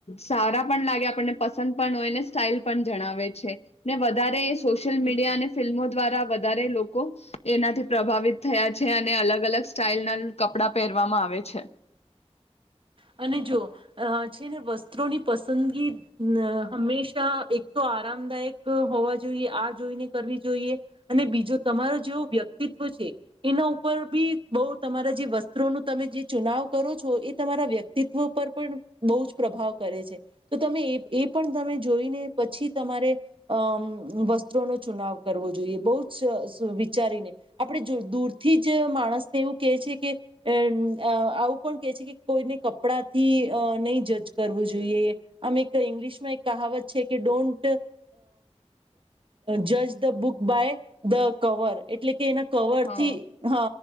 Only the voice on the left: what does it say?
સારા પણ લાગે આપણને પસંદ પણ હોય ને સ્ટાઈલ પણ જણાવે છે. ને વધારે જ સોશિયલ મીડિયા
અને ફિલ્મો દ્વારા વધારે લોક <unintelligible> કો એનાથી પ્રભાવિત થયા છે, અને અલગ અલગ સ્ટાઈલ ના કપડા પહેરવામાં આવે છે.
હા